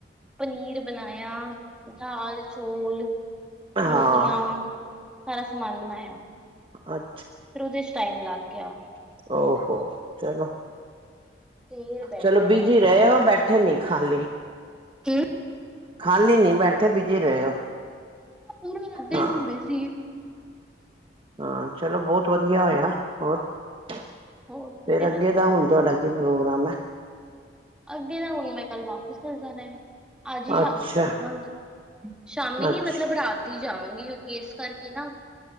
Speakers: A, in the centre; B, on the right (about 30°).
A: ਪਨੀਰ ਬਣਾਇਆ ਦਾਲ ਚੋਲ
B: ਹਾਂ
A: ਰੋਟੀਆਂ ਸਾਰਾ ਸਮਾਨ ਬਣਾਇਆ
B: ਅੱ
A: ਫਿਰ ਉਹਦੇ ਚ ਟਾਈਮ ਲੱਗ ਗਿਆ
B: ਹੋੋ ਚਲੋ
A: ਫੇਰ ਬੈਠੇ
B: ਚਲੋ ਬੀਜੀ
A: ਆ
B: ਰਹੇ ਹੋ ਬੈਠ ਉਠੇ ਨਹੀਂ ਖਾਲੀ
A: ਕੀ?
B: ਖਾਲੀ ਨੀ ਬੈਠੇ ਬੀਜੀ ਰਹੇ ਹੋ।
A: ਹਾਂ ਪੂਰਾ ਦਿਨ
B: ਹਾਂ
A: ਬਿਜੀ
B: ਹਾਂ, ਚਲੋ ਬਹੁਤ ਵਧੀਆ ਹੋਇਆ ਹੋਰ ਫੇਰ
A: ਹੋਰ ਤੁਸੀਂ
B: ਅੱਗੇ
A: ਦੱਸੋ
B: ਦਾ ਹੁਣ ਤੁਹਾਡਾ ਕੀ ਪ੍ਰੋਗਰਾਮ ਐ।
A: ਅੱਗੇ ਦਾ ਹੁਣ ਮੈਂ ਕੱਲ ਵਾਪਿਸ ਚਲ ਜਾਣਾ ਏ। ਅੱਜ ਹੀ ਸ਼ਾਮੀ
B: ਅੱਛਾ,
A: ਚੱਲ ਜਾਵਾਂਗੀ, ਸ਼ਾਮੀ ਨੀ
B: ਅੱਛਾ,
A: ਮਤਲਬ ਰਾਤ ਦੀ ਜਾਵਾਂਗੀ ਕਿਉਂਕਿ ਇਸ ਕਰਕੇ ਨਾ